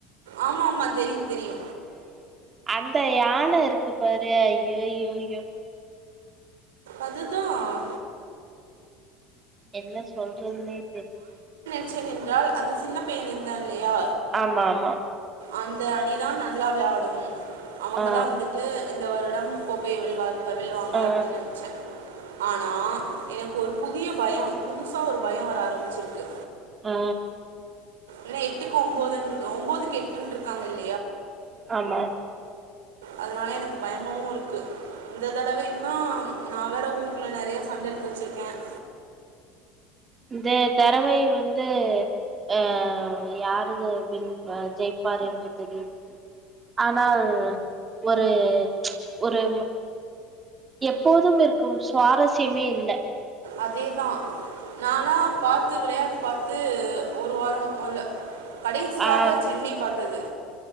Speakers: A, on the right; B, on the right.
A: ஆமா ஆமா தெரியும் தெரியு
B: அந்த யான இருக்கு பாரு ஐயோயோயோ
A: அதுதான்
B: என்ன சொல் எதுமே தெரிய
A: தி நின்றால் அந்த சின்ன பையன் நின்றான் இல்லயா
B: ஆமா ஆமா
A: அந்த அணிதான் நல்லா வெளாடும் அவுங்கதான்
B: ஆ
A: வந்துட்டு இந்த வரு இடம் கோப்பையை வெல்வார் ப்ப வில்லுவாங்க
B: ஆ
A: அப்டின்னு நெனைச்சேன் ஆனா எனக்கு ஒரு புதிய பயோ புதுசா ஒரு பயோ வர ஆர பிஞ்சிருக்கு
B: ஆ
A: ஏனா எட்டுக்கு ஒம்போது ஒம்போதுக்கு எட்டுன்னு இருக்காங்க இல்
B: ஆமா
A: அதனால எனக்கு பயமாவு இருக்கு இந்த தடவைன்னா நா வேற ஊருக்குள்ள நெறயா சண்ட இழுத்து வெச்சிருக்கேன்
B: இந்த தறவை வந்து அ யாருது அப்டின்னு ஜெயிப்பார் என்று தெரியல ஆனால் ஒரு ஒரு எப்போதும் இருக்கும் சுவாரஸ்யமே இல்ல
A: அதேதா நானா பாத்து விளையாட்டு பாத்து ஒரு வாரம் போல கடைசியாக
B: ஆ
A: சென்னை பாத்தது